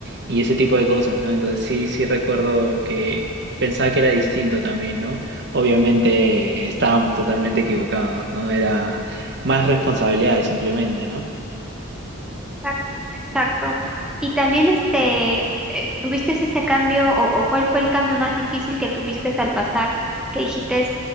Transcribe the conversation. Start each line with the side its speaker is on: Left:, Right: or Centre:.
Right: Y ese tipo de cosas, ¿no? Entonces sí, sí recuerdo que pensaba que era distinto también, ¿no? Obviamente estábamos totalmente equivocados, ¿no? Era más responsabilidades simplemente, ¿no?
Centre: Exacto, exacto. Y también este, eh, ¿tuviste ese cambio o, o cuál fue el cambio más difícil que tuviste al pasar que dijiste,